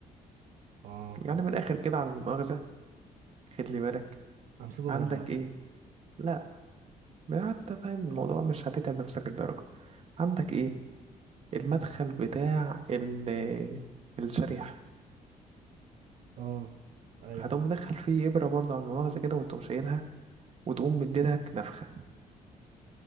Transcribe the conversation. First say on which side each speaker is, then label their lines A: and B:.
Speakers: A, on the right (about 70°); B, on the right (about 45°).
A: اه
B: يعني من الآخر كده على المؤاخذة خلي بالك
A: امسكه
B: عندك
A: غير
B: إيه لا حتى فاهم الموضوع مش هتتعب نفسك الدرجة عندك إيه المدخل بتاع ال الشريحة
A: اه ايوه
B: هتقوم مدخل فيه إبرة برضه على المؤاخذة كده وتقوم شايلها وتقوم مديلك نفخة